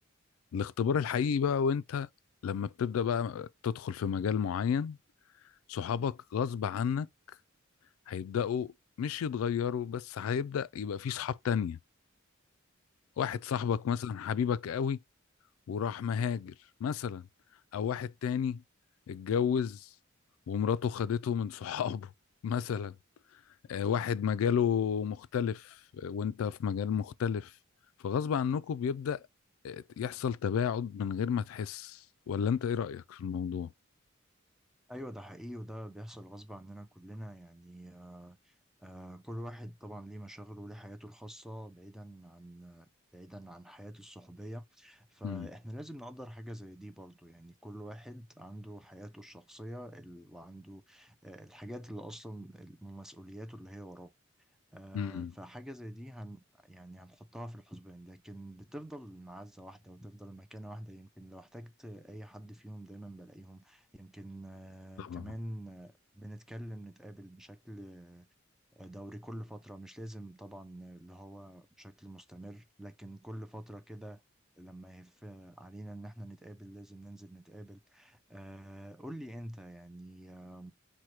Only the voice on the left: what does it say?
الاختبار الحقيقي بقى وانت لما بتبدأ بقى تدخل في مجال معين صحابك غصب عنك هيبدأوا مش يتغيروا بس هيبدأ يبقى في صحاب تانية واحد صاحبك مثلا حبيبك قوي وراح مهاجر مثلا او واحد تاني اتجوز ومراته خدته من صحابه <laughs> مثلا آه، واحد مجاله مختلف آه، وانت في مجال مختلف فغصب عنكم بيبدأ آه، يحصل تباعد من غير ما تحس ولا انت ايه رأيك في الموضوع
امم
امم
طبعا